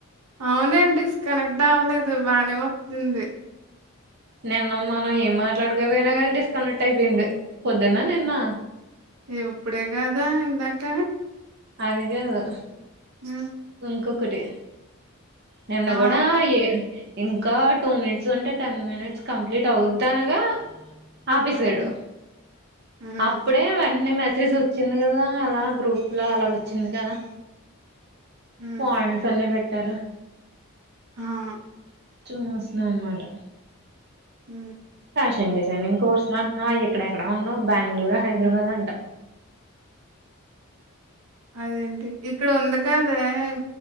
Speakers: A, on the right; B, on the right.
A: అవునే డిస్కనెక్ట్ టవలేదు బానే వత్తుంది
B: నిన్న మనం ఏం మాట్లాడకపోయినా కాని డిస్కనెక్ట్ అయిపోయింది పొద్దున్న నిన్నా
A: ఏం ఇప్పుడే గదా ఇందాక
B: అది గాదు
A: ఊ
B: ఇంక్ కోకటే నిన్న
A: ఆ!
B: కూడా ఏ ఇంకా టూ మినిట్స్ అంటే టెన్ మినిట్స్ కంప్లీట్ అవుద్దా అనగా ఆపేసాడు
A: హ్మ్. హ్మ్.
B: అప్పుడే వెంటనే మ ఇచ్చేసి వచ్చింది కదా అలా గ్రూప్లో అలా వచ్చింది కదా
A: హ్మ్.
B: పాయింట్స్ అన్ని బెట్ట్ ఉంటారు
A: అవును.
B: చూస్తున్నా అన్నమాట
A: అ
B: పెన్నింగ్ పెన్నింగ్ కోర్సు లో అంటున్నా ఇక్కడెక్కడ ఉన్నావు బెంగళూరు హైదరాబాద్ అంట
A: అదేంటి ఇక్కడ ఉందక తేప్